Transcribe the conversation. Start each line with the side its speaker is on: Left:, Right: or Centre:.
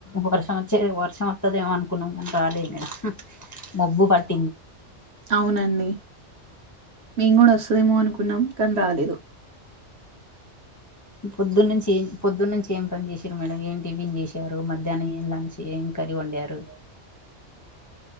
Left: వర్షం వచ్చే వర్షం వత్తదేమో అనుకున్నాం మే రాలేదా హు మబ్బు పట్ట్
Right: అవునండి మేము గూడా వస్ తేమో అనుకున్నం కానీ రాలేదు.
Left: పొద్దున్నుంచి పొద్దున్నుంచి ఏం పని చేస్ సిరు మేడం ఏం టిఫిన్ చేశారు మధ్యాహ్నం ఏం లంచ్ ఏం కర్రీ వండారు?